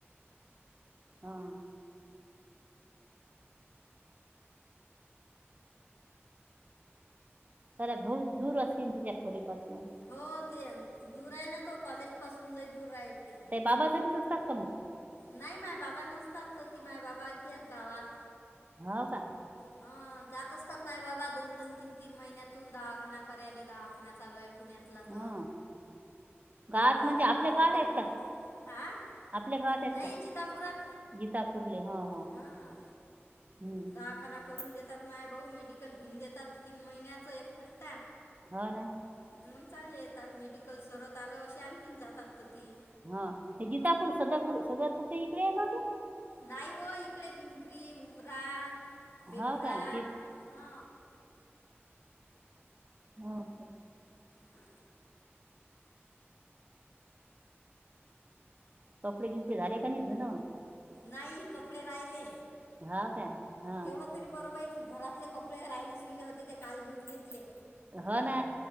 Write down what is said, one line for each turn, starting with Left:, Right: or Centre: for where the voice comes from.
Right: हां तरला बहुत दूर असन तिच्या खोली पासून
Left: हो ते दूर आहे ना तो कॉलेज पासून लय दूर राहिली ती
Right: ते बाबासाठीठीच असतात का मग
Left: नाही माय बाबा नसतात त ती माय बाबा तत गावात
Right: हा का
Left: हं, जात असतात नाही बाबा दोन दोन तीन तीन महिन्यातून दवाखाना करायला दवाखाना चालू आहे पुण्यात पतला
Right: हा
Left: तो
Right: गावात
Left: भाऊ
Right: म्हणजे
Left: दवाखाना
Right: आपल्या गावात
Left: करून
Right: आहेत का
Left: आ
Right: आपल्या गावात आहेत
Left: नाही
Right: का
Left: जितापुरात
Right: गीतापूरले हा हा
Left: हां
Right: हम्म
Left: दवाखाना करून देतात माय भाऊ मेडिकल घेऊन देतात तीन महिन्याचा एकखट्टा
Right: हो ना
Left: मग चालले येतात मेडिकल सरत आल अशी आणखीन जातात तथी
Right: हा ते जितापूर सदपपुर सदरपूरच्या इकडे आहे का ओ ते
Left: नाही हो इकडे पिंपरी उमरा बेलुरा
Right: हो का ती
Left: हा
Right: हां सर
Left: हम
Right: कपडे किपडे झाले का नाही धन
Left: नाही कपडे राहिले
Right: हो का हा
Left: तेवढं तरी बर बाई घरातले कपडे राहिले सुईले होते ते काल धुून घेतले
Right: हो ना